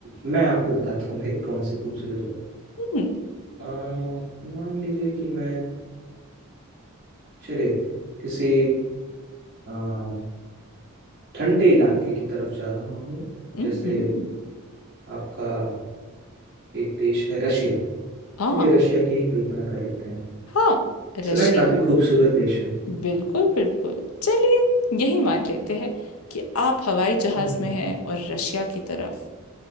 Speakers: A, on the right; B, on the left.
A: मैं आपको बताता हूँ मेरी कौन सी खूबसूरत जगह
B: हम्म
A: अ, मान लीजिए कि मैं चले किसी अ, ठंडे इलाके की तरफ जा रहा हूँ
B: हम्म,
A: जैसे आपका एक देश है रशिया
B: हाँ
A: चलिए रशिया की ही कल्पना कर लेते हैं
B: हाँ रशिया
A: सुना है काफी खूबसूरत देश है
B: बिल्कुल बिल्कुल चलिए यही मान लेते हैं कि आप हवाई जहाज
A: हम्म
B: में हैं और रशिया की तरफ